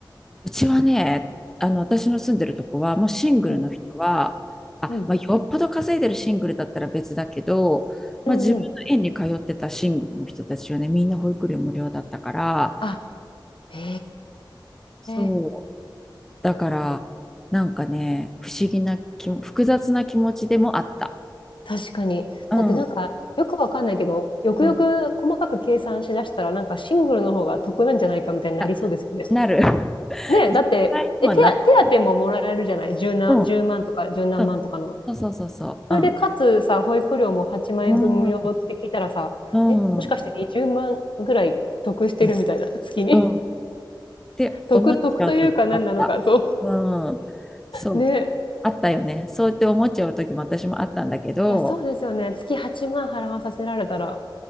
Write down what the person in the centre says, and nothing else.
うちはね、あの、私の住んでるとこは、もうシングルの人は、
あ、
まあ、よっぽど稼いでるシングルだったら別だけど、まあ、
自分の園に通ってたシングルの人たちはね、
みんな保育料無料だったから、
そう。
だから、なんかね、不思議な気も、複雑な気持ちでもあった。
うん、
うん。
あ、なる。<laughs>
実際にはなってる。
うん、
うん。そうそうそうそう。
うん。
うん、うん、
うん、
うん。って思っちゃう時あった。
うん。そう。
あったよね。そうやって思っちゃう時も私もあったんだけど、